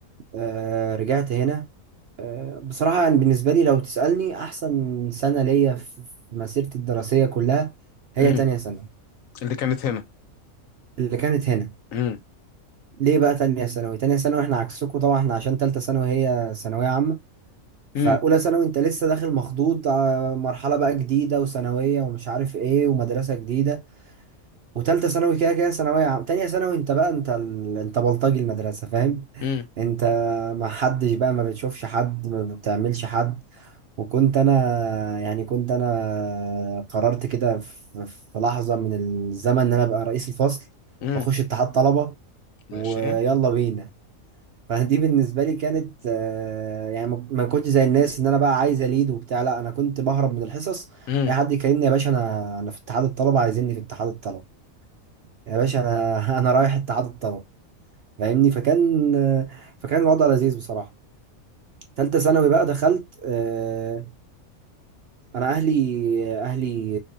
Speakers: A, on the right; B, on the left.
A: آه رجعت هنا آه بصراحة يعني بالنسبة لي لو تسألني أحسن سنة ليا في في مسيرتي الدراسية كلها هي
B: مم.
A: تانية ثانوي
B: اللي كانت هنا
A: اللي كانت هنا
B: مم،
A: ليه بقى تانية ثانوي تانية ثانوي احنا عكسكم طبعا احنا عشان تالتة ثانوي هي ثانوية عامة فأولى
B: مم،
A: ثانوي انت لسه داخل مخضوض آه، مرحلة بقى جديدة وثانوية ومش عارف ايه ومدرسة جديدة وتالتة ثانوي كده كده ثانوية عام تانية ثانوي انت بقى انت ال... انت بلطجي المدرسة فاهم
B: مم،
A: انت ما حدش بقى ما بتشوفش حد ما بتعملش حد وكنت انا يعني كنت انا قررت كده في في لحظة من الزمن ان انا ابقى رئيس الفصل
B: مم.
A: واخش اتحاد طلبة
B: ماشي
A: ويلا بينا فدي بالنسبة لي كانت آه، يعني ما ما كنتش زي الناس ان انا بقى عايز اليد وبتاع لا انا كنت بهرب من الحصص
B: مم.
A: اي حد يكلمني يا باشا انا انا في اتحاد الطلبة عايزيني في اتحاد الطلبة يا باشا انا <laughs> انا رايح التعادل طلب فاهمني فكان فكان الوضع لذيذ بصراحه تالتة ثانوي بقى دخلت آه، انا اهلي اهلي